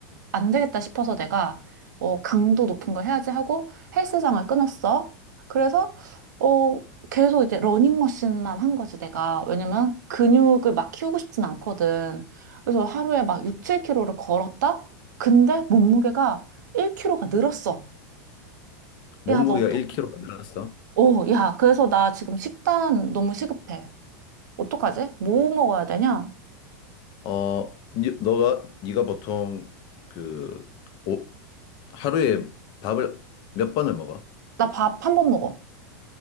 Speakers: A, on the right; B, on the left.
A: 안 되겠다 싶어서 내가 어, 강도 높은 걸 해야지 하고 헬스장을 끊었어. 그래서 어, 계속 이제 러닝머신만 한 거지 내가. 왜냐면 근육을 막 키우고 싶진 않거든. 그래서 하루에 막 6, 7kg를 걸었다? 근데 몸무게가 1kg가 늘었어.
B: 몸무게가
A: 야, 너 어떡해?
B: 1 k g 늘 늘었어?
A: 오, 야, 그래서 나 지금 식단 너무 시급해. 어떡하지? 뭐 먹어야 되냐?
B: 어, 니- 너가, 네가 보통, 그, 오, 하루에 밥을 몇 번을 먹어?
A: 나 밥 한번 먹어.